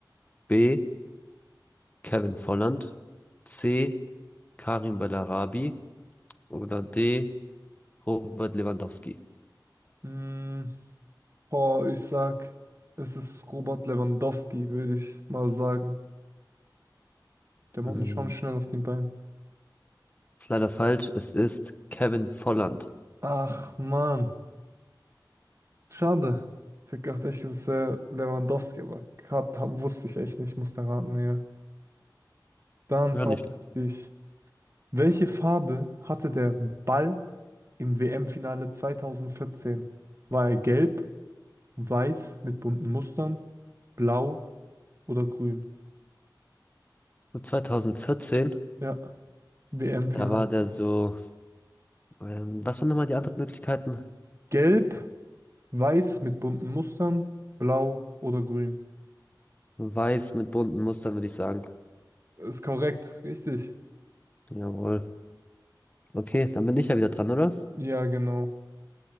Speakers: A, on the left; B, on the right.
A: B. Kevin Volland, C. Karim Bellarabi oder D. Robert Lewandowski.
B: Hm, boah, ich sag, es ist Robert Lewandowski, würde ich mal sagen. Der macht
A: Hm,
B: mich schon schnell auf den Beinen.
A: ist leider falsch. Es ist Kevin Volland.
B: Ach, Mann. Schade. Ich hätte gedacht, echt, es ist äh, Lewandowski, aber grad, hab, wusste ich echt nicht. musste raten, ja. Dann
A: Ja,
B: frage
A: nicht.
B: ich dich, welche Farbe hatte der Ball im WM-Finale 2014? War er gelb, weiß mit bunten Mustern, blau oder grün?
A: So 2014,
B: Ja, WM-Finale.
A: da war der so. Ähm, was waren nochmal die Antwortmöglichkeiten?
B: Gelb, weiß mit bunten Mustern, blau oder grün?
A: Weiß mit bunten Mustern, würde ich sagen.
B: Ist korrekt, richtig.
A: Jawohl. Okay, dann bin ich ja wieder dran, oder?
B: Ja, genau.